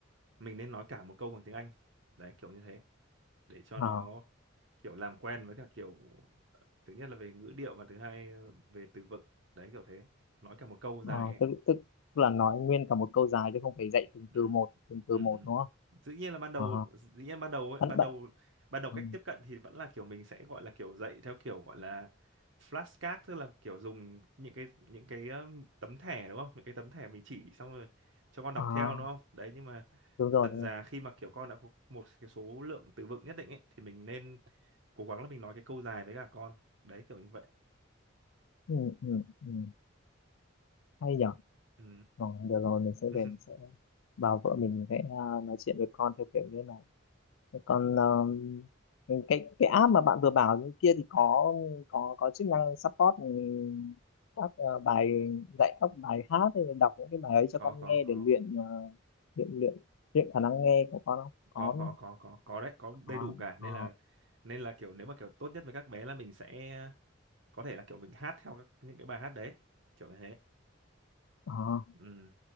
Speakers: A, on the right (about 70°); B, on the left (about 75°).
A: mình nên nói cả một câu bằng tiếng Anh đấy kiểu như thế để cho
B: Ờ.
A: nó kiểu làm quen với cả kiểu thứ nhất là về ngữ điệu và thứ hai ờ, về từ vựng đấy kiểu thế nói cả một câu dài
B: Ờ,
A: ấy
B: tức tức là nói nguyên cả một câu dài chứ không phải dạy từng
A: ừ
B: từ một từng
A: ừ
B: từ một
A: ừ.
B: đúng không
A: dĩ nhiên là ban đầu
B: à,
A: dĩ nhiên ban đầu ấy
B: bắt
A: ban
B: bậy
A: đầu ban đầu cách
B: ừ.
A: tiếp cận thì vẫn là kiểu mình sẽ gọi là kiểu dạy theo kiểu gọi là flashcard tức là kiểu dùng những cái những cái um, tấm thẻ đúng không những cái tấm thẻ mình chỉ xong rồi cho con đọc
B: à,
A: theo đúng không đấy nhưng mà
B: đúng rồi
A: dần
B: đúng
A: dà
B: rồi.
A: khi mà kiểu con đã có một cái số lượng từ vựng nhất định ấy thì mình nên cố gắng là mình nói cái câu dài với cả con đấy kiểu như vậy
B: ừ, ừ, ừ. hay nhở
A: ừ
B: rồi, được rồi mình sẽ
A: <laughs>
B: về mình sẽ bảo vợ mình sẽ à, nói chuyện với con theo kiểu như này Thế còn ờ, cái cái app mà bạn vừa bảo như kia thì có có có chức năng support ừ, các ờ, bài dạy các bài hát hay là đọc những cái bài ấy cho
A: có
B: con
A: có
B: nghe
A: có
B: để luyện ờ, luyện luyện luyện khả năng nghe của con không có
A: có có có có có đấy có đầy
B: Đó,
A: đủ cả nên
B: ờ,
A: là nên là kiểu nếu mà kiểu tốt nhất với các bé là mình sẽ có thể là kiểu mình hát theo các, những cái bài hát đấy kiểu như thế
B: ờ, ờ,
A: ừ.